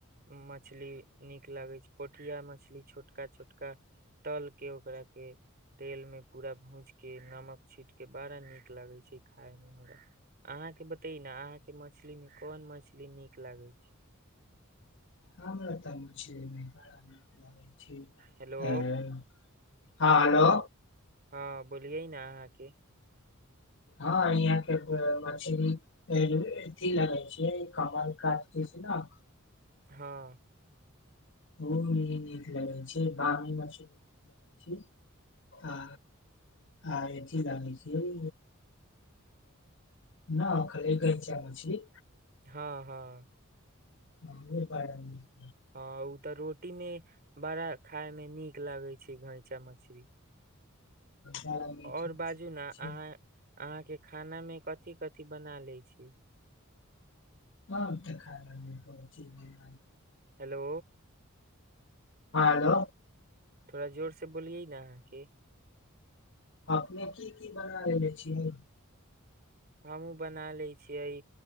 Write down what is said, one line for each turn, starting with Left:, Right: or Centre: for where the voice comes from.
Right: मछली नीक लागैत छैय पोठिया मछली छोटका छोटका तलके ओकराके तेलमे पूरा भूजि के नमक छीटके बड़ा नीक लगैत छैय खायमे हमरा अहाँके बतै ने अहाँके मछलीमे कोन मछली नीक लागैत छैय?
Left: हमरा त मछली निक लगय या। छी
Right: हेलो
Left: आ हॅ हेलो
Right: हँ बोलियै ने अहाँके।
Left: हँ यहाँ के मछरी अथी लगै छैय कमल काट दिश न
Right: हँ
Left: ओ नीक लगै छैय बामी मछली आ आ अथी लगय छैय न खाली गैचा मछली।
Right: हँ हँ
Left: ह बड़ा निक
Right: हँ ओ तऽ रो रोटी मे बड़ा खाय मे नीक लागे छै घैंचा मछरी
Left: बड़ा मीठ
Right: आओर
Left: मीठ
Right: बाजू
Left: लगे
Right: न
Left: छै
Right: अहाँ अहाँ के खाना मे कथि कथि बना ले छियै
Left: ह तऽ खा रहल छियै
Right: हेलो
Left: हँ हेलो
Right: थोड़ा जोर से बोलियएै ना कि
Left: अपने की की बना लेबे छियै
Right: हमहू बना लय छियै